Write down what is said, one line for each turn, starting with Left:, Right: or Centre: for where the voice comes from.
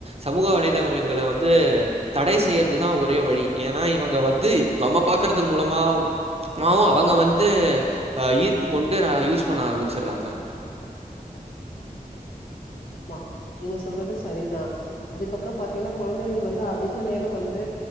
Right: சமூக வலைதளங்கள வந்து தடை செய்யறதுதா ஒரே வழி ஏன்னா இவங்க வந்து நம்ம பாக்குறது மூலமா மாவு அவங்க வந்து ஈர்ப்பு கொண்டு யூஸ் பண்ண ஆரம்பிச்சுட்றாங்க
Left: ஆமா நீங்க சொல்றது சரிதா அதுக்கப்பறோ பாத்தீங்கன்னா குழந்தைங்கள் வந்து அதிக நேர வந்து